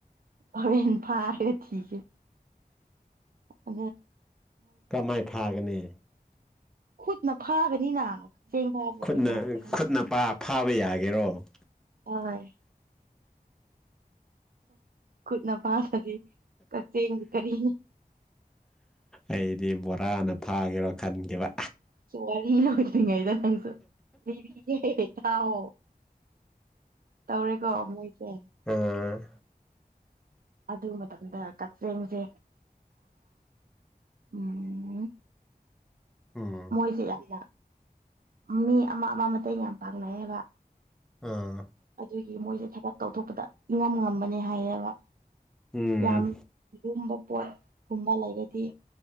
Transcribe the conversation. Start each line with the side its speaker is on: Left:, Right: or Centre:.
Right: ꯍꯣꯔꯦꯟ ꯐꯥꯔꯒ ꯊꯤꯒꯦ ꯑ
Centre: ꯀꯝꯃꯥꯏ ꯐꯥꯒꯅꯤ
Right: <unintelligible> ꯈꯨꯠꯅ ꯐꯥꯒꯅꯤꯅ ꯀꯛꯆꯦꯡ ꯐꯥꯕꯕꯨ
Centre: ꯈꯨꯠꯅ
Right: ꯀꯔꯤꯅ ꯐꯥꯒꯅꯤ
Centre: ꯈꯨꯠꯅ ꯄꯥ ꯐꯥꯕ ꯌꯥꯒꯦꯔꯣ
Right: ꯍꯣꯏ ꯈꯨꯠꯅ ꯐꯥꯗꯔꯗꯤ ꯀꯛꯆꯦꯡꯒꯤ ꯀꯔꯤ
Centre: ꯑꯩꯗꯤ ꯕꯣꯔꯥꯅ ꯐꯥꯒꯦꯔꯣ ꯈꯟꯈꯤꯕ
Right: ꯁꯨꯝ ꯋꯥꯔꯤ ꯂꯣꯏꯗꯔꯤꯉꯩꯗ ꯅꯪꯁꯨ <unintelligible> ꯊꯥꯎ ꯇꯧꯔꯦꯀꯣ ꯃꯣꯏꯁꯦ
Centre: ꯎꯝ
Right: ꯑꯗꯨ ꯃꯇꯝꯗ ꯀꯛꯆꯦꯡꯁꯦ ꯎꯝ
Centre: ꯎꯝ
Right: ꯃꯣꯏꯁꯦ ꯌꯥꯝꯅ ꯃꯤ ꯑꯃ ꯑꯃ ꯃꯇꯦꯡ ꯌꯥꯝ ꯄꯥꯡꯅꯩ ꯌꯦꯕ
Centre: ꯑꯝ
Right: ꯑꯗꯨꯒꯤ ꯃꯣꯏꯁꯦ ꯊꯕꯛ ꯇꯧꯊꯣꯛꯄꯗ ꯏꯉꯝ ꯉꯝꯕꯅꯦ ꯍꯥꯏꯌꯦꯕ
Centre: ꯎꯝ
Right: ꯌꯥꯝ ꯂꯨꯝꯕ ꯄꯣꯠ ꯀꯨꯝꯕ ꯂꯩꯔꯗꯤ